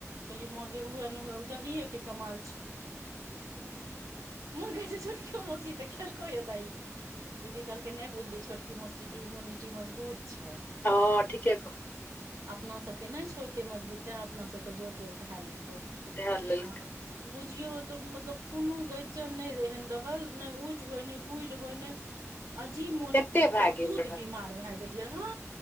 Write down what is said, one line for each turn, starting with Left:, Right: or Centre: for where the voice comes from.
Right: पहिल मोके उए नहिए उह दही के। माँ कहै छैय <unintelligible> खेलको ए तहि दीदी कहलक नहि बुझली छोटकि मसुरी के इम्यूनिटी मजबूत छै।
Left: ह ठीके कह।
Right: अपना सभके नहि छोते मजबूते अपना सभके जोर जोर धए लेलको
Left: धए लेलकै
Right: आ। बुझियौ त मतलब कोनो गरिजन नहि एहन रहल नहि उठि होय नहि भूल होय नहि। अजीब मोन
Left: एते भए
Right: बहुत
Left: गेल रहे
Right: बीमार भए गेलियै ह